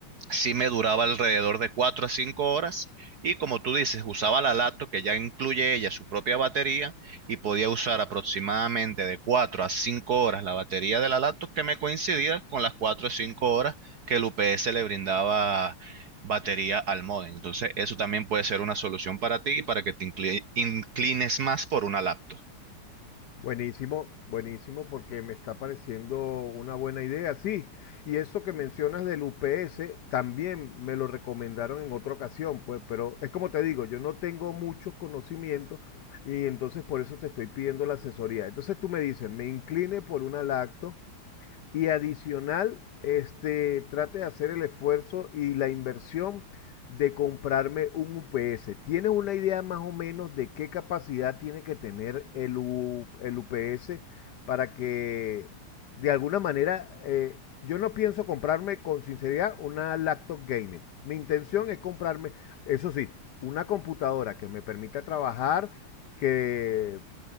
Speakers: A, on the right (about 55°); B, on the left (about 70°).
A: sí me duraba alrededor de 4 a 5 horas y como tú dices, usaba la laptop que ya incluye ella su propia batería y podía usar aproximadamente de 4 a 5 horas la batería de la laptop que me coincidía con las 4 o 5 horas que el UPS le brindaba batería al modem. Entonces, eso también puede ser una solución para ti y para que te incli- inclines más por una laptop,
B: Buenísimo, buenísimo, porque me está pareciendo una buena idea, sí. Y eso que mencionas del UPS, también me lo recomendaron en otra ocasión, pues, pero es como te digo, yo no tengo muchos conocimientos y entonces por eso te estoy pidiendo la asesoría. Entonces tú me dices, me incline por una lacto, y adicional, este, trate de hacer el esfuerzo y la inversión de comprarme un UPS. ¿Tienes una idea más o menos de qué capacidad tiene que tener el, U- el UPS para que de alguna manera eh, yo no pienso comprarme con sinceridad una laptop gaming. Mi intención es comprarme, eso sí, una computadora que me permita trabajar, que